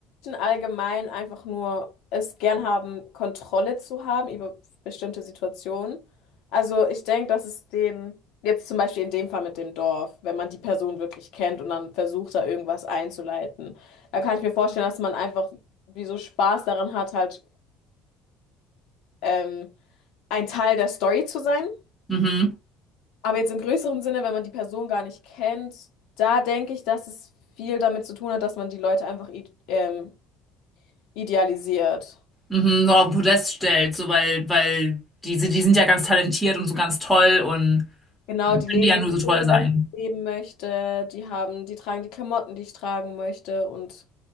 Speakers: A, on the left (about 70°); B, in the centre.
A: allgemein einfach nur es gern haben, Kontrolle zu haben über bestimmte Situationen. Also ich denke, dass es den, jetzt zum Beispiel in dem Fall mit dem Dorf, wenn man die Person wirklich kennt und dann versucht, da irgendwas einzuleiten, da kann ich mir vorstellen, dass man einfach wie so Spaß daran hat, halt ähm, ein Teil der Story zu sein.
B: Mhm.
A: Aber jetzt im größeren Sinne, wenn man die Person gar nicht kennt, da denke ich, dass es viel damit zu tun hat, dass man die Leute einfach i- ähm, idealisiert.
B: Mhm. So auf den Podest stellt, so weil, weil diese, die sind ja ganz talentiert und so ganz toll und
A: Genau,
B: dann
A: die
B: können
A: leben
B: die ja
A: das
B: nur so toll
A: Leben,
B: sein.
A: das ich leben möchte, die haben, die tragen die Klamotten, die ich tragen möchte und